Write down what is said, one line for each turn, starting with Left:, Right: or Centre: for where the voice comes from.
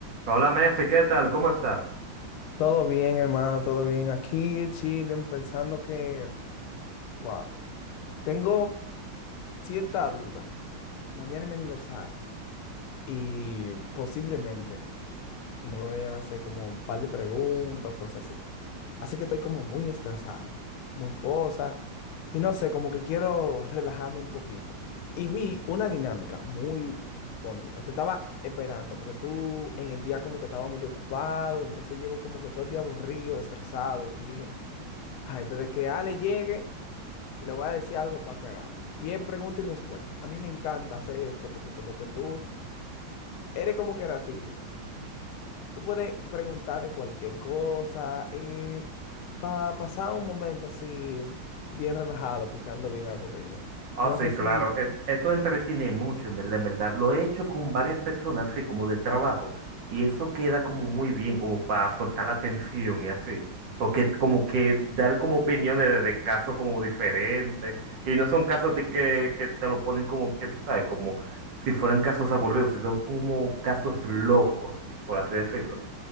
Right: Hola, Mefi, ¿qué tal? ¿Cómo estás?
Left: Todo bien, hermano, todo bien. Aquí en Chile, pensando que, wow, tengo cierta duda. Mañana es mi aniversario y posiblemente, y no me voy a hacer como un par de preguntas o cosas así. Así que estoy como muy estresado, muy cosa, y no sé, como que quiero relajarme un poquito. Y vi una dinámica muy bonita. Te estaba esperando porque tú en el día como que estaba medio ocupado, entonces llevo como que todo el día aburrido, estresado, y dije... Ay, desde que Ale llegue, le voy a decir algo para que hagamos. Y es pregunta y respuesta. A mí me encanta hacer esto porque como que tú eres como creativo. Tú puedes preguntar de cualquier cosa para pasar un momento así bien relajado porque ando bien aburrido.
Right: Ah,
Left: No
Right: sí,
Left: sé si...
Right: claro. et- Esto entretiene mucho, en verdad, en verdad. Lo he hecho con varias personas, así como del trabajo. Y eso queda como muy bien, como para soltar la tensión y así. Porque como que dar como opiniones de, de casos como diferentes. Y no son casos de que, que te lo ponen como que tú sabes, como si fueran casos aburridos, sino como casos locos, por así decirlo.